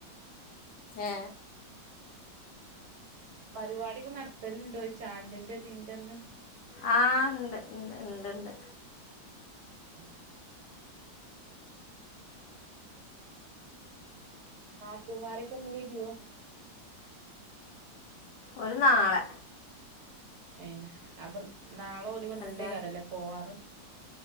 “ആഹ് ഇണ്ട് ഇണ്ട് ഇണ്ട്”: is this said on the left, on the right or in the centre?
Left